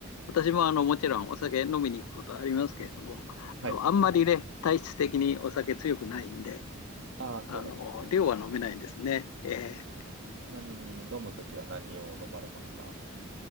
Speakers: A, on the left; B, on the right.
A: 私もあのもちろんお酒飲みに行くことありますけれども、あの、
B: はい。
A: あんまりね、体質的にお酒強くないんで、
B: ああ、そうなんですね。
A: あの、量は飲めないんですね。ええ
B: ちなみに飲むときは何を飲まれますか